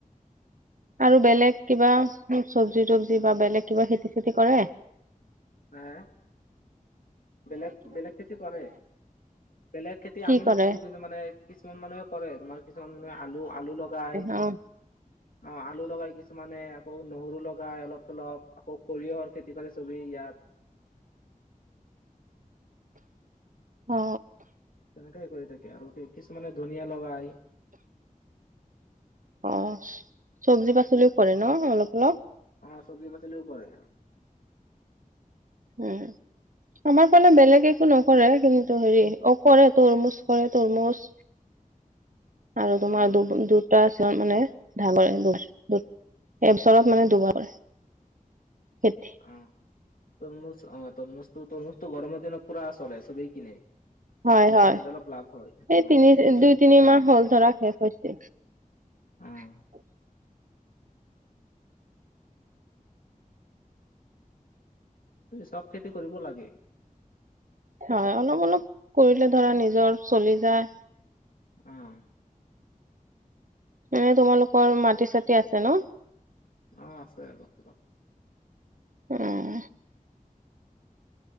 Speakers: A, on the right; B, on the left.
A: আৰু বেলেগ কিবা চব্জি তবজি বা বেলেগ কিবা খেতি চেতি কৰে।
B: <unintelligible> হে বেলেগ বেলেগ খেতি কৰে। বেলেগ খেতি
A: কি
B: আমি
A: কৰে
B: নকৰো কিন্তু মানে কিছুমান মানুহে কৰে, তোমাৰ কিছুমান মানুহে আলু -আলু লগাই।
A: অৱ।
B: অ আলু লগাই কিছুমানে। আকৌ নহৰু লগাই অলপ চ লপ আকৌ সৰিয়হৰ খেতি কৰে চবেই ইয়াত
A: অ
B: সনেকে কৰি থাকে আৰু কি কিছুমানে ধনীয়া লগাই
A: অ চব্জি পাচলিও কৰে ন অলপ অলপ
B: অ চব্জি পাচলিও কৰে।
A: উম। আমাৰ ফালে বেলেগ একো নকৰে কিন্তু হেৰি অ কৰে তৰমুজ কৰে তৰমুজ। আৰু তোমাৰ
B: অ
A: দু দুটা আছিল মানে ধাগৰে এবছৰত মানে দুবাৰ কৰে খেতি
B: অ তৰমুজ অ তৰমুজ তৰমুজটো গৰমৰ দিনত পুৰা চলে চবেই কিনে।
A: হয় হয়
B: তেতিয়া অলপ লাভ হয়
A: সেই
B: অ
A: তিনি
B: তৰমুজটো
A: দুই তিনি
B: ভাল
A: মাহ হল ধৰা শেষ হৈছে।
B: অ
A: <unintelligible>
B: ত চব খেতি কৰিব লাগে।
A: হয় অলপ অলপ কৰিলে ধৰা নিজৰ চলি যায়।
B: আহ।
A: এনে তোমালোকৰ মাটি চাটি আছে ন?
B: অ আছে অলপ চলপ।
A: উম